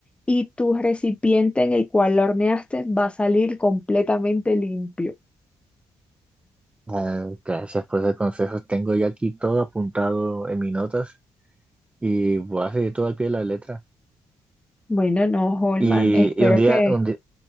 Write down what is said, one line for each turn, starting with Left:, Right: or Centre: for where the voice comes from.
Left: Y tu recipiente en el cual la horneaste va a salir completamente limpio.
Right: Ah, gracias por esos consejos, tengo ya aquí todo apuntado en mis notas y voy a seguir todo al pie de la letra.
Left: Bueno, no, Holman,
Right: Y,
Left: espero
Right: y un día,
Left: que...
Right: un di-